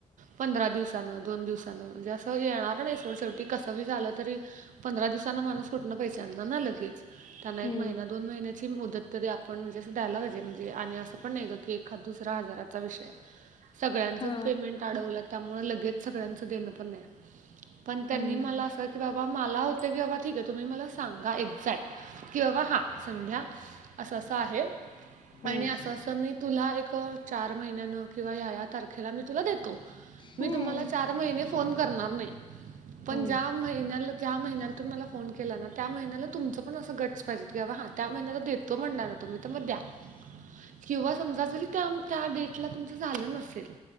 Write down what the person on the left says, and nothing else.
हम्म
हा
हम्म
हम्म
हम्म
हम्म
<inaudible>